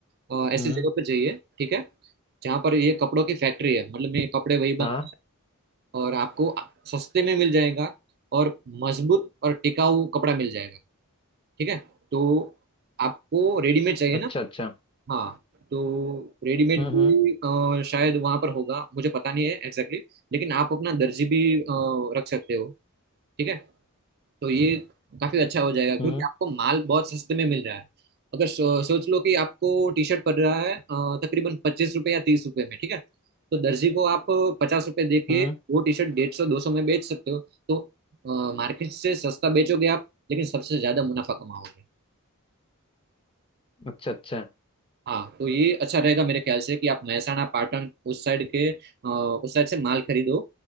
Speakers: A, on the right; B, on the left.
A: अ, ऐसी
B: हम्म
A: जगह पर जाइए ठीक है जहाँ पर ये कपड़ों की फैक्ट्री है मतलब ये कपड़े वही
B: हाँ
A: बनते और आपको सस्ते में मिल जाएगा और मजबूत और टिकाऊ कपड़ा मिल जाएगा ठीक है तो आपको रेडीमेड चाहिए
B: अच्छा
A: ना
B: अच्छा
A: हाँ तो रेडीमेड
B: हम्म
A: भी
B: हम्म
A: अ, शायद वहां पर होगा मुझे पता नहीं है एग्जैक्टली exactly, लेकिन आप अपना दर्जी भी अ, रख सकते हो ठीक है तो ये काफी अच्छा हो जाएगा क्योंकि
B: हम्म
A: आपको माल बहुत सस्ते में मिल रहा है अगर सो, सोच लो कि आपको टी शर्ट पड़ रहा है अ, तकरीबन पच्चीस रुपए या तीस रुपए में ठीक है तो दर्जी को आप पचास रुपए दे के
B: हम्म
A: वो टी शर्ट डेढ़ सौ दो सौ में बेच सकते हो तो मार्केट से सस्ता बेचोगे आप लेकिन सबसे ज्यादा मुनाफा कमाओगे
B: अच्छा अच्छा
A: हाँ तो ये अच्छा रहेगा मेरे ख्याल से कि आप महसाणा पाटन उस साइड के अ, उस साइड से माल खरीदो